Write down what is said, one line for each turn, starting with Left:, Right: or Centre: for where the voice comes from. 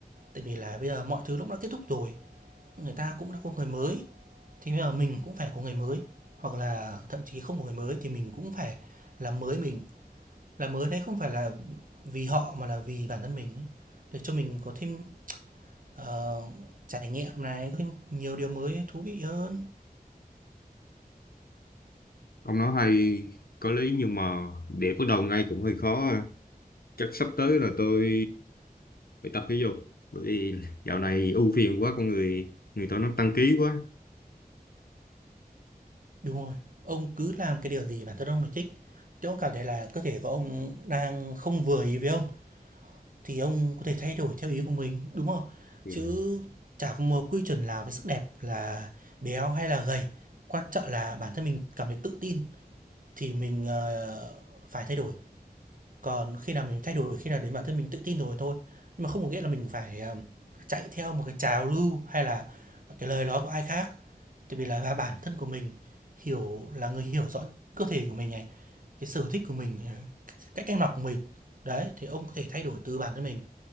Right: tại vì là bây giờ mọi thứ lúc đã kết thúc rồi, người ta cũng đã có người mới, thì bây giờ mình cũng phải có người mới, hoặc là thậm chí không có người mới thì mình cũng phải làm mới mình. Làm mới đấy không phải là vì họ mà là vì bản thân mình ấy, để cho mình có thêm, ờ, trải nghiệm này, có thêm nhiều điều mới thú vị hơn.
Left: ông nói hay có lý nhưng mà để bắt đầu ngay cũng hơi khó à. chắc sắp tới là tôi phải tập thể dục bởi vì dạo này ưu phiền quá con người người tôi nó tăng ký quá
Right: Đúng rồi, ông cứ làm cái điều gì bản thân ông là thích, chứ ông cảm thấy là cơ thể của ông đang không vừa ý với ông Thì ông có thể thay đổi theo ý của mình, đúng không?
Left: Ừ.
Right: Chứ chả có một quy chuẩn nào về sắc đẹp là béo hay là gầy, quan trọng là bản thân mình cảm thấy tự tin thì mình, ờ, phải thay đổi. Còn khi nào mình thay đổi khi nào đến bản thân mình tự tin rồi thôi, nhưng mà không có nghĩa là mình phải, ờ, chạy theo một cái trào lưu hay là cái lời nói của ai khác. Tại vì là bản thân của mình hiểu là người hiểu rõ cơ thể của mình này, cái sở thích của mình, ờ, cách ăn mặc của mình. Đấy, thì ông có thể thay đổi từ bản thân mình.